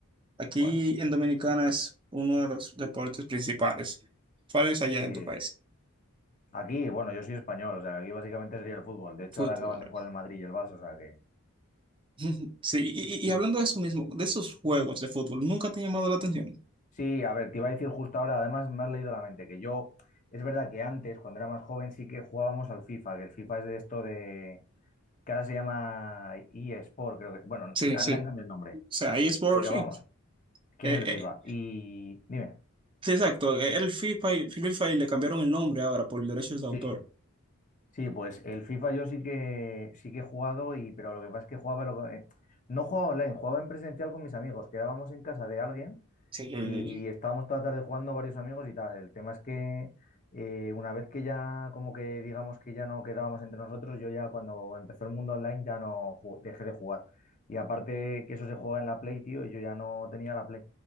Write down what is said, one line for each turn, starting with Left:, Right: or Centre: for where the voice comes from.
Right: Aquí
Left: Bueno,
Right: en Dominicana es uno de los deportes principales. ¿Cuál es allá
Left: sí.
Right: en tu país?
Left: Aquí, bueno, yo soy español, o sea, que aquí básicamente sería el fútbol. De hecho,
Right: Fútbol.
Left: ahora acaban de jugar el Madrid y el Barça, o sea que...
Right: <laughs> Sí, y, y- y
Left: y-
Right: hablando de eso mismo, de esos juegos de fútbol, ¿nunca te ha llamado la atención?
Left: Sí, a ver, te iba a decir justo ahora, además me has leído la mente, que yo, es verdad que antes, cuando era más joven, sí que jugábamos al FIFA, que el FIFA es de esto de... que ahora se llama eSport, creo que... Bueno,
Right: Sí,
Left: le han
Right: sí.
Left: cambiado el nombre,
Right: O sea, eSports,
Left: pero
Right: sí.
Left: vamos, ¿qué
Right: Eh,
Left: es el
Right: eh,
Left: FIFA? Y dime.
Right: sí, exacto. Eh, El FIFA, y- FIFA y le cambiaron el nombre ahora por derechos de autor.
Left: sí, Sí, pues el FIFA yo sí que sí que he jugado y pero lo que pasa es que jugaba lo que- eh, no jugaba online, jugaba en presencial con mis amigos, quedábamos en casa de alguien
Right: Sí.
Left: y estábamos toda la tarde jugando varios amigos y tal. El tema es que eh, una vez que ya como que digamos que ya no quedábamos entre nosotros, yo ya cuando empezó el mundo online ya no ju- dejé de jugar. Y aparte que eso se juega en la Play, tío, y yo ya no tenía la Play.